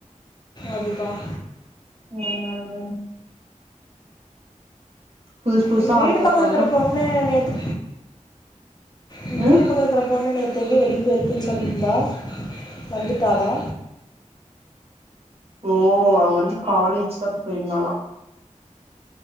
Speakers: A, on the left; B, on the right.
A: அது தான்
B: ம் புதுசு புதுசா
A: உங்க வீடு
B: ஆள் பாத்தாங்கன்னா
A: பக்க இருக்கற பொண்ணு நேத்து உங்க
B: ம்
A: வீட்டு பக்க இருக்கற பொண்ணு நேத் தேங்க வெளியே போயிருக்குதுன்னு சொல்லிருந்தா வந்துட்டாளா
B: ஓ அவ வந்து காலேஜ் தா ப் போயிருந்தாளா